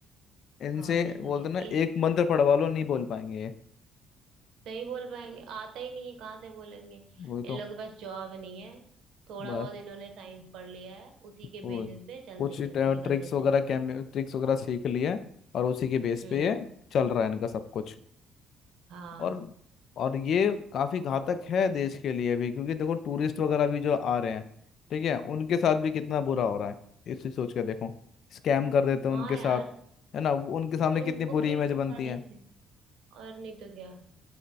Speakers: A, on the left (about 60°); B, on the right (about 70°).
A: इनसे
B: और नहीं
A: बोलते
B: तो क्या
A: ना
B: इस
A: एक मंत्र पढ़वा लो नहीं बोल पाएंगे ये
B: नहीं बोल पाएंगे आता ही नहीं है कहाँ से बोलेंगे इन
A: वही तो
B: लोगों के पास जॉब नहीं है थोड़ा
A: बस
B: बहुत इन्होंने साइंस पढ़ लिया है उसी के
A: वो
B: बेसिस पे चल
A: कुछ
B: दे कहते
A: ट्रिक्स
B: निकल देते
A: वगैरह
B: हैं
A: कैम ट्रिक्स वगैरह सीख लिए और उसी के बेस
B: हम्म
A: पे ये चल रहा है इनका सब कुछ
B: हाँ
A: और और ये काफी घातक है देश के लिए भी क्योंकि देखो टूरिस्ट वगैरह भी जो आ रहे हैं ठीक है उनके साथ
B: हम्म
A: भी कितना बुरा हो रहा है इसी सोच के देखो स्कैम कर देते हैं
B: हाँ
A: उनके साथ
B: यार
A: है ना वो- उनके सामने
B: उनको
A: कितनी बुरी
B: भी
A: इमेज
B: फंसा
A: बनती
B: लेते
A: है
B: हैं और नहीं तो क्या